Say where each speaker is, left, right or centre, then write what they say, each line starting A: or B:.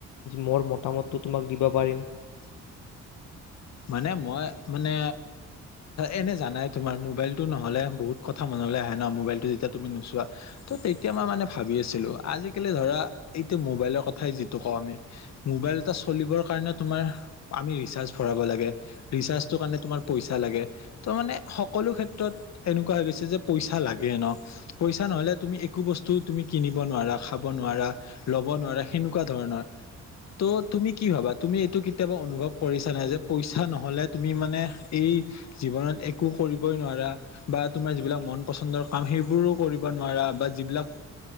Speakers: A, on the left; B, on the left.
A: মোৰ মতামতটো তোমাক দিব পাৰিম।
B: ত মানে মই মানে এনে জানাই তোমাৰ মোবাইলতটো নহলে বহুত কথা মন আহে ন মোবাইলটো যেতিয়া তুমি নোচোৱা, ত তেতিয়া মই মানে ভাবি আছিলো আজিকালি ধৰা এইটো মোবাইলৰ কথাই যিটো কওঁ আমি, মবাইল এটা চলিবৰ কাৰণে তোমাৰ, আমি ৰিচাৰ্জ কাৰমাৰ পইচা ল ত মানে সকলো ক্ষেত্ৰত এনেকোঁৱা হৈ যে পইচা লাগে ন পইচা নহলে তুমি একো বস্তু তুমি কিনিব নোৱাৰা খাব নোৱাৰা। লব নোৱাৰা সেনেকুৱা ধৰণৰ ত' তুমি কি ভাবা তুমি এইটো কেতিয়াবা অনুভৱ কৰিছা। পইচা নহলে তুমি মানে এই জীৱনত একো কৰিবই নোৱাৰা বা তি ক মন পন্দৰ কাম সেইবোৰো কৰিব নোৱাৰা বা যিবিলাক